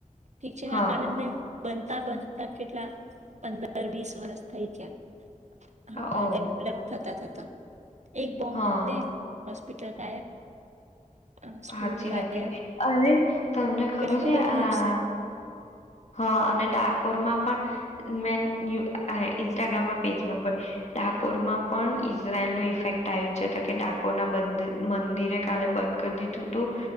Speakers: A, on the right; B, on the left.
A: ઠી છે
B: હા.
A: આનંદે બનતા બનતા કેટલા પંદર વીસ વર્ષ થઈ ગયા.
B: અ
A: હમણાં
B: ઓહ!
A: ડેવલપ થતા થતા. તા. એક બમ્બ
B: હા,
A: ફૂટે હોસ્પિટલ ગાયબ. અ,
B: સાચી
A: સ્કૂલ ગાયબ
B: વાકી અને તમને ખબર
A: કેટલું
B: છે
A: બધું
B: આ,
A: નુકસાન
B: હ અને ડાકોરમાં ઇન્સ્ટ્રાગ્રામ પણ, ડાકોરમાં પણ ઈઝરાયલ ન ઇફેક્ટ આવ્યું છે તો કે ડાકોર ના મંદિરે કાલે બંધ કરી દીધું તું,